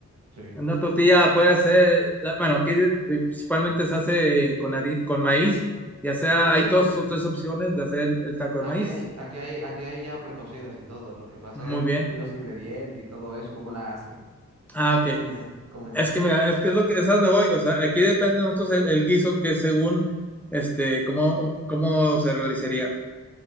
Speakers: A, on the right; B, in the centre.
A: sí.
B: Una tortilla puede ser, la- bueno, aquí de- principalmente se hace con, hari- con maíz, ya sea,
A: Sí,
B: hay
A: sí,
B: dos
A: sí.
B: o tres opciones de hacer el, el taco
A: Aquí
B: de maíz.
A: hay, aquí hay, aquí hay ya precocidas y todo. Lo que pasa
B: Muy
A: es
B: bien.
A: los ingredientes y todo eso, cómo la hacen.
B: Ah, ok.
A: ¿Cómo es? ¿Cómo es?
B: Es que mira, es que es lo que es a donde voy. O sea, aquí depende de nosotros el, el guiso que según este, cómo, cómo se realizaría.